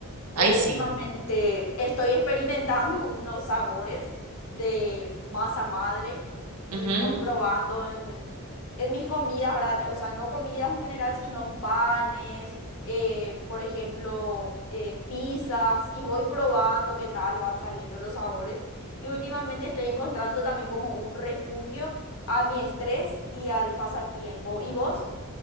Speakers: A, on the left (about 70°); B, on the right (about 75°).
A: Yo
B: ahí
A: últimamente
B: sí.
A: estoy experimentando unos sabores de masa madre y
B: Ujú.
A: voy probando en, en mis comidas, ¿verdad? O sea, no comidas en general, sino en panes, eh, por ejemplo, eh, pizzas, y voy probando qué tal van saliendo los sabores. Y últimamente estoy encontrando también como un refugio a mi estrés y al pasatiempo. ¿Y vos?